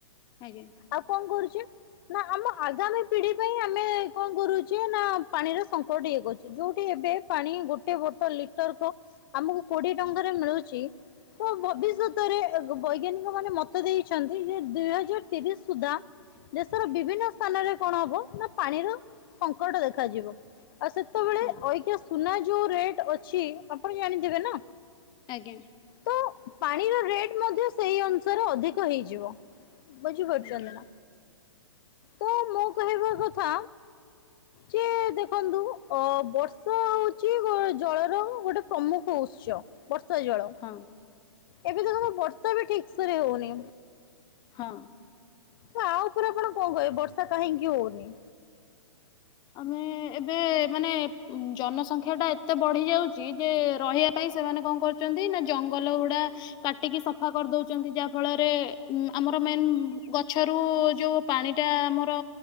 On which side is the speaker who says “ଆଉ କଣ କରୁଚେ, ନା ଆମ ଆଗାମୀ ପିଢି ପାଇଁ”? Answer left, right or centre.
Left